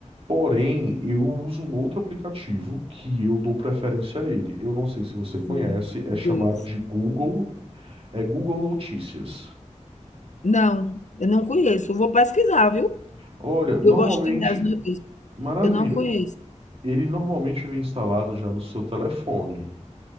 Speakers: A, on the right; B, on the left.
A: Porém, eu uso um outro aplicativo que eu dou preferência a ele. Eu não sei se você conhece,
B: Sim,
A: é
B: Deus.
A: chamado de Google, é Google Notícias.
B: Não, eu não conheço. Eu vou pesquisar, viu?
A: Olha, normalmente,
B: Eu gosto de ler as notícias.
A: maravilha,
B: Eu não conheço.
A: ele normalmente vem instalado já no seu telefone.